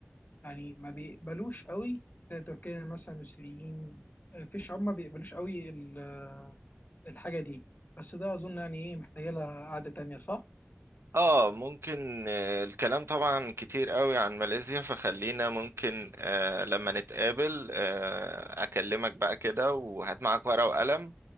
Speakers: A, on the left (about 40°); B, on the right (about 65°).
A: يعني ما بيقبلوش قوي زي تركيا مثلا السوريين آه، في شعوب ما بيقبلوش قوي ال- الحاجه دي بس ده اظن يعني ايه محتاجه لها قعده تانيه صح
B: اه ممكن آه، الكلام طبعا كتير قوي عن ماليزيا فخلينا ممكن آه، لما نتقابل آه، اكلمك بقى كده وهات معاك ورقة وقلم